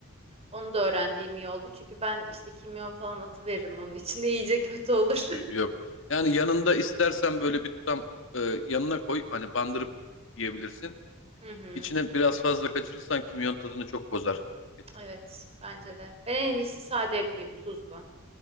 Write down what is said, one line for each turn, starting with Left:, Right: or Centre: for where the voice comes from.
Right: Onu da öğrendiğim iyi oldu. Çünkü ben işte kimyon falan atıveririm onun içinde iyice kötü olur.
Left: Ee, Yok. Yani yanında istersen böyle bir tutam e, yanına koy. Hani bandırıp yiyebilirsin.
Right: <laughs> Hı hı.
Left: İçine biraz fazla kaçırırsan kimyon tadını çok bozar. Et.
Right: Evet, bence de. Ben en iyisi sade yapayım tuzla.